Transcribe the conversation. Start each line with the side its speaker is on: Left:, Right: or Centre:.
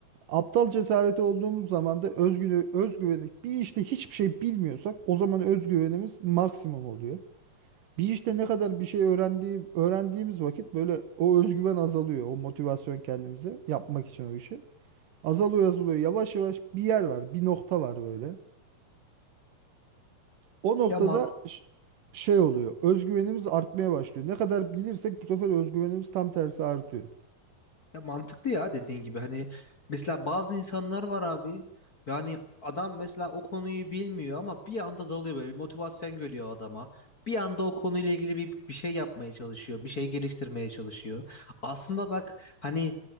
Right: Aptal cesareti olduğumuz zaman da özgüveni, özgüveni bir işte hiçbir şey bilmiyorsak o zaman özgüvenimiz maksimum oluyor. Bir işte ne kadar bir şey öğrendiği, öğrendiğimiz vakit böyle o özgüven azalıyor. O motivasyon kendimize yapmak için o işi. Azalıyor azalıyor. Yavaş yavaş bir yer var. Bir nokta var böyle. O noktada
Left: Ya ma-
Right: ş- şey oluyor. Özgüvenimiz artmaya başlıyor. Ne kadar bilirsek bu sefer özgüvenimiz tam tersi artıyor.
Left: Ya mantıklı ya dediğin gibi hani mesela bazı insanlar var abi yani adam mesela o konuyu bilmiyor ama bir anda dalıyor böyle bir motivasyon geliyor adama. Bir anda o konuyla ilgili bir, bir şey yapmaya çalışıyor, bir şey geliştirmeye çalışıyor. Aslında bak hani